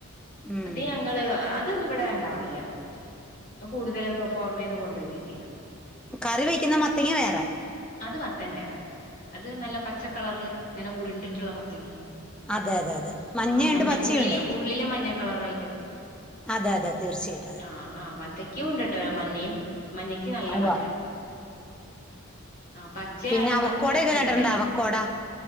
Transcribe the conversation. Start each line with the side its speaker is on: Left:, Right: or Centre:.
Centre: ഉം
Left: അത് യങ് <unintelligible> നിങ്ങള് അതൊന്നും ഇവിടെ ഇണ്ടാവില്ല അത് കൂടുതലൊക്കെ പൊറമെന്ന് കൊണ്ട് വരികയാ ചെയ്ക
Centre: കറി വെക്കുന്ന മത്തങ്ങ വേറെ
Left: അത് മത്തൻ വേറെ അത് നല്ല പച്ച കളറില് ഇങ്ങനെ ഉരുണ്ടിട്ടുള്ള മത്തങ്ങ
Centre: അതെ അതെ അതെ മഞ്ഞേയുണ്ട്
Left: ആഹ് മഞ്ഞ
Centre: പച്ചേയുണ്ട്
Left: ഉള്ളില് ഉള്ളില് മഞ്ഞ കളറായിട്ട്
Centre: അതെ അതെ തീർച്ചയയിട്ടും അതെ
Left: ആഹ് ആഹ് വത്തക്കെയും ഉണ്ട് ട്ടോ മഞ്ഞയും മഞ്ഞക്ക് നല്ല
Centre: ഉവ്വ
Left: മധുരവ ആ പച്ചയാലും
Centre: പിന്നെ അവക്കോടൊക്കെ
Left: പച്ചിം രണ്ട്
Centre: കേട്ടിട്ടുണ്ടോ
Left: ടൈപ്പാ
Centre: അവക്കോട